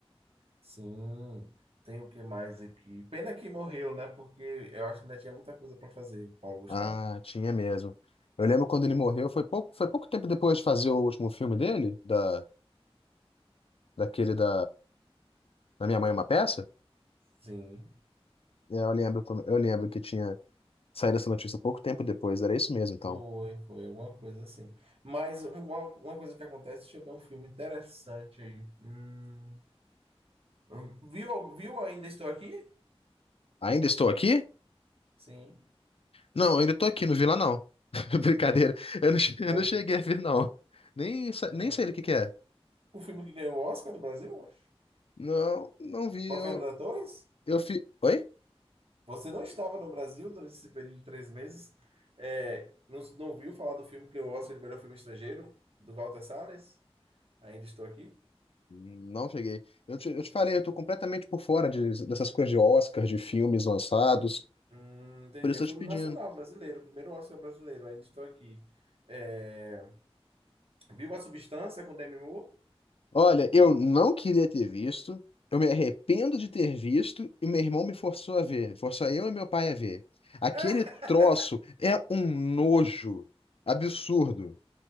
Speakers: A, on the right (about 65°); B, on the left (about 65°).
A: Sim, tem o que mais aqui? Pena que morreu, né? Porque eu acho que ainda tinha muita coisa para fazer, Paulo Gustavo.
B: Ah, tinha mesmo. Eu lembro quando ele morreu, foi pouco, foi pouco tempo depois de fazer o último filme dele, da, daquele da, da Minha Mãe é uma Peça.
A: Sim,
B: E aí Eu lembro, como- eu lembro que tinha saído essa notícia pouco tempo depois, era isso mesmo, então.
A: foi, foi alguma coisa assim. Mas um, uma, uma coisa que acontece, deixa eu ver um filme interessante aí. Hum, hum, viu, viu Ainda Estou Aqui?
B: Ainda estou aqui?
A: Sim.
B: Não, ainda estou aqui, não vi lá não. <laughs> Brincadeira, eu não, che- eu
A: Mas,
B: não cheguei a ver não. Nem, sa- nem
A: ah,
B: sei do que que é.
A: O filme que ganhou o Oscar do Brasil, eu acho.
B: Não, não vi,
A: Com
B: eu,
A: a Fernanda Torres?
B: eu fi... Oi?
A: Você não estava no Brasil durante esse período de três meses? É, não, não ouviu falar do filme que eu Oscar de melhor filme estrangeiro, do Walter Salles? Ainda estou aqui?
B: Não cheguei. Eu te, eu te falei, eu tô completamente por fora de, dessas coisas de Oscar, de filmes lançados,
A: Hum, entendi.
B: por isso
A: É um
B: eu
A: filme
B: tô te pedindo.
A: nacional, brasileiro. Primeiro Oscar brasileiro. Ainda estou aqui. É, viu A Substância com Demi Moore?
B: Olha, eu não queria ter visto, eu me arrependo de ter visto e meu irmão me forçou a ver, forçou eu e meu pai a ver. Aquele
A: <laughs>
B: troço é um nojo absurdo.